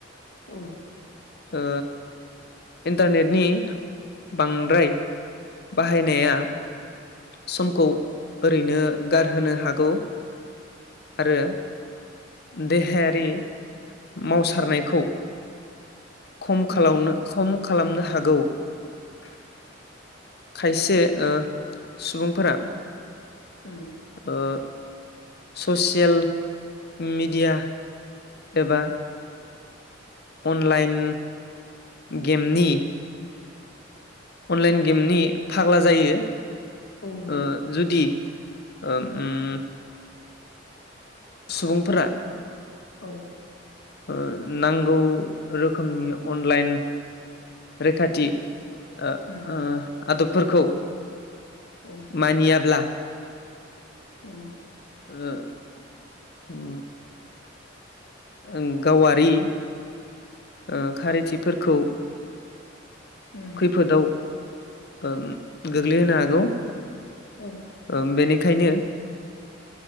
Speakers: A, on the left; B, on the left.
A: औ ।
B: ओ इन्टारनेटनि बांद्राय बाहायनाया समखौ ओरैनो गारहोनो हागौ आरो देहायारि मावसारनायखौ खम खालामनो
A: उम
B: खम खालामनो हागौ ।
A: <unintelligible>
B: खायसे ओ सुबुंफोरा
A: उम
B: ओ ससियेल मिडिया एबा अनलाइन गेमनि अनलाइन
A: औ
B: गेमनि फाग्ला जायो
A: औ नंगौ
B: ओ जुदि ओ ओम सुबुंफोरा
A: औ ।
B: ओ नांगौ रोखोमनि अनलाइन रैखाथि ओ
A: उम
B: ओ आदबफोरखौ
A: औ
B: मानियाब्ला
A: उम
B: ओ हो ओं गावारि ओ खारैथिफोरखौ
A: उम
B: खैफोदाव ओ गोग्लैहोनो हागौ
A: औ
B: ओ बेनि खायनो